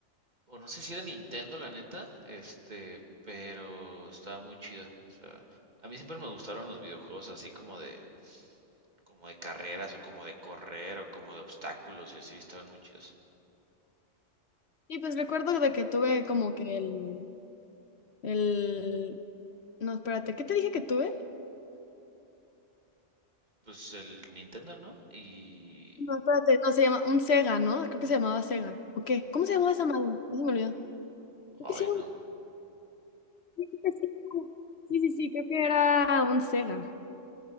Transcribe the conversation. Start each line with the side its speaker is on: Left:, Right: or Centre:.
Right: O no sé si era Nintendo, la neta, este, pero estaba muy chido. O sea, a mí siempre me gustaron los videojuegos así como de, como de carreras o como de correr o como de obstáculos y así, estaban muy chidos.
Left: Y pues recuerdo de que tuve como que el, el... No, espérate, ¿qué te dije que tuve?
Right: Pues el Nintendo, ¿no? Y...
Left: No, espérate, no, se llama un Sega, ¿no? Creo que se llamaba Sega. ¿O qué? ¿Cómo se llamaba esa madre? Ya se me olvidó. Creo
Right: Ay,
Left: que sí, era
Right: no,
Left: un- sí, creo que sí. Sí, sí, sí, creo que era un Sega.